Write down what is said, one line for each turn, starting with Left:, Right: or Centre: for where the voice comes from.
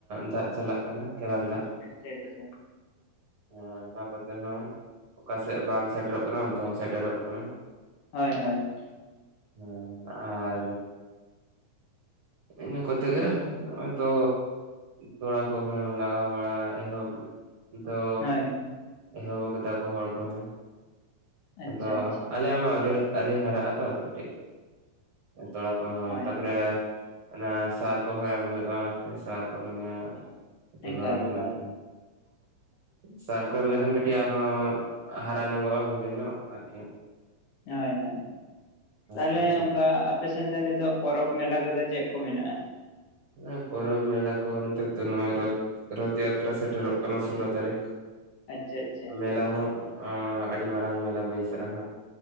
Right: ᱫᱟᱜ ᱪᱟᱞᱟᱜ ᱠᱟᱱᱟ ᱠᱮᱱᱮᱞ ᱫᱟᱜ ᱾
Left: ᱟᱪᱪᱷᱟ ᱟᱪᱪᱷᱟ
Right: ᱦᱮᱸ, ᱚᱱᱟ ᱠᱚᱛᱮ ᱦᱚᱸ ᱚᱠᱟᱥᱮᱜ ᱵᱟᱝ ᱥᱮᱴᱮᱨᱚᱜ ᱠᱟᱱᱟ ᱚᱱᱛᱮ ᱦᱚᱸ ᱥᱮᱴᱮᱨᱚᱜ ᱠᱟᱱᱟ ᱾
Left: ᱦᱳᱭ ᱦᱳᱭ ᱾
Right: ᱦᱮᱸᱻ ᱟᱨᱻ ᱤᱱᱟᱹ ᱠᱚ ᱛᱮᱜᱮ ᱱᱚᱜᱼᱚᱭ ᱛᱚ ᱛᱚᱲᱟ ᱠᱚᱦᱚᱸ ᱞᱟᱜᱟᱣ ᱵᱟᱲᱟ ᱮᱦᱚᱵ ᱫᱚ
Left: ᱦᱳᱭ ᱦᱳᱭ
Right: ᱮᱦᱚᱵ ᱠᱟᱫᱟ ᱠᱚ ᱦᱚᱲ ᱠᱚᱦᱚᱸ ᱾
Left: ᱟᱪᱪᱷᱟ
Right: ᱟᱫᱚ
Left: ᱟᱪᱪᱷᱟ
Right: ᱟᱞᱮᱭᱟᱜ ᱢᱟ ᱟᱹᱣᱨᱤ ᱟᱹᱨᱤ ᱦᱟᱨᱟᱜ ᱟᱛᱚ ᱟᱛᱚ ᱠᱟᱹᱴᱤᱡ ᱛᱚᱲᱟ ᱠᱚᱦᱚᱸ
Left: ᱦᱳᱭ
Right: ᱛᱟᱯᱚᱨᱮ
Left: ᱦᱳᱭ
Right: ᱚᱱᱟ ᱥᱟᱨ ᱠᱚᱦᱚᱸ ᱮᱢ ᱦᱩᱭᱩᱜᱼᱟ, ᱥᱟᱨ ᱠᱚ ᱢᱟᱱᱮ ᱠᱟᱹᱴᱤᱡ
Left: ᱮᱠᱟᱞ
Right: ᱵᱟᱝ ᱮᱢ
Left: ᱮᱠᱟᱞ
Right: ᱦᱳᱭ ᱠᱟᱱᱟ ᱾ <unintelligible> ᱥᱟᱨ ᱠᱚ ᱮᱢ ᱞᱮᱠᱷᱟᱱ ᱠᱟᱹᱴᱤᱡ ᱟᱨᱦᱚᱸ ᱦᱟᱨᱟ ᱧᱚᱜᱚᱜᱼᱟ ᱵᱷᱟᱜᱮ ᱧᱚᱜ ᱟᱨᱠᱤ ᱾
Left: ᱦᱳᱭ, ᱦᱳᱭ, ᱛᱟᱦᱚᱞᱮ
Right: ᱛᱟᱯᱚᱨᱮ
Left: ᱚᱱᱠᱟ ᱟ ᱯᱮ ᱥᱮᱱ ᱫᱚ ᱱᱤᱛᱚᱜ ᱯᱚᱨᱚᱵᱽ ᱢᱮᱞᱟ ᱠᱚᱫᱚ ᱪᱮᱜ ᱠᱚ ᱢᱮᱱᱟᱜᱼᱟ?
Right: ᱦᱮᱸ, ᱯᱚᱨᱚᱵᱽ ᱢᱮᱞᱟ ᱠᱚ ᱱᱤᱛᱚᱜ ᱫᱚ ᱱᱚᱜᱼᱚᱭ ᱨᱚᱛ ᱨᱚᱛᱷ ᱡᱟᱛᱨᱟ ᱥᱮᱴᱮᱨᱚᱜ ᱠᱟᱱᱟ ᱥᱳᱞᱳ ᱛᱟᱹᱨᱤᱠᱷ ᱾
Left: ᱟᱪᱪᱷᱟ ᱟᱪᱪᱷᱟ
Right: ᱢᱮᱞᱟ ᱦᱚᱸ ᱚᱸᱻ ᱟᱹᱰᱤ ᱢᱟᱨᱟᱝ ᱢᱮᱞᱟ ᱵᱟᱹᱭᱥᱟᱹᱜᱼᱟ ᱱᱟᱦᱟᱜ ᱾